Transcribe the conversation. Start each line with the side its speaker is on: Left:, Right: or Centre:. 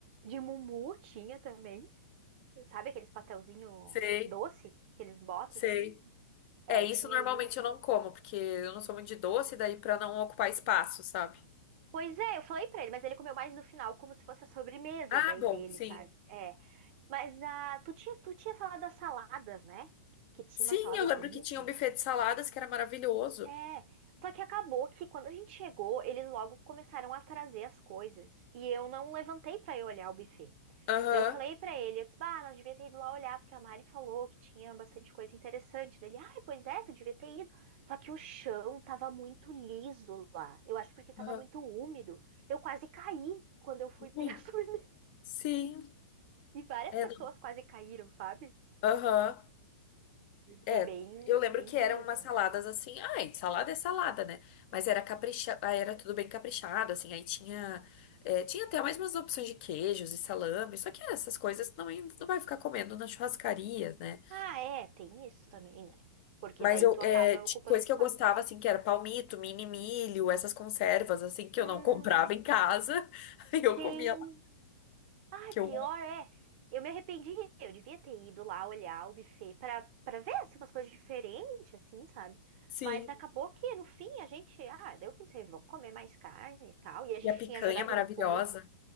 Right: de mumu tinha também. Sabe aqueles pastelzinho
Left: sei,
Right: doce que eles botam
Left: sei.
Right: assim? É,
Left: É, isso
Right: tinha
Left: normalmente
Right: isso.
Left: eu não como, porque eu não sou muito de doce, daí pra não ocupar espaço, sabe?
Right: Pois é, eu falei pra ele, mas ele comeu mais no final, como se fosse a sobremesa
Left: Ah,
Right: daí
Left: bom,
Right: dele,
Left: sim.
Right: sabe? É. Mas ah, tu tinha, tu tinha falado das saladas, né? Que tinha
Left: Sim,
Right: umas saladas
Left: eu lembro
Right: bonitas.
Left: que tinha um buffet de saladas que era maravilhoso.
Right: É, só que acabou que quando a gente chegou, eles logo começaram a trazer as coisas e eu não levantei pra ir olhar o buffet.
Left: Aham,
Right: Daí eu falei pra ele, eu disse, bah, nós devia ter ido lá olhar, porque a Mari falou que tinha bastante coisa interessante. Daí ele, ai, pois é, tu devia ter ido. Só que o chão tava muito liso lá. Eu acho porque tava
Left: aham.
Right: muito úmido. Eu quase caí quando eu fui
Left: Ui,
Right: pegar <laughs> sobremesa.
Left: Sim,
Right: E várias
Left: é,
Right: pessoas
Left: não-
Right: quase caíram, sabe?
Left: aham. É,
Right: Foi bem,
Left: eu lembro
Right: bem
Left: que
Right: ruim,
Left: eram umas
Right: assim.
Left: saladas assim, ai, salada é salada, né? Mas era capricha, ah, era tudo bem caprichado, assim, aí tinha, é, tinha até mais umas opções de queijos e salame, só que essas coisas não, não vai ficar comendo na churrascaria, né?
Right: Ah, é, tem isso também, né? Porque
Left: Mas
Right: daí
Left: eu,
Right: tu
Left: é,
Right: acaba
Left: tinha
Right: ocupando
Left: coisa
Right: espaço.
Left: que eu gostava, assim, que era palmito, mini milho, essas conservas, assim, que
Right: Hum,
Left: eu não comprava em casa, <laughs> aí eu
Right: tem.
Left: comia lá,
Right: Ai,
Left: que
Right: pior
Left: eu,
Right: é. Eu me arrependi. Eu devia ter ido lá olhar o buffet pra, pra ver assim, umas coisas diferentes, assim, sabe?
Left: sim,
Right: Mas acabou que no fim a gente. Ah, daí eu pensei, vou comer mais carne e tal. E a gente
Left: e a picanha
Right: tinha jogado
Left: maravilhosa,
Right: um pouco.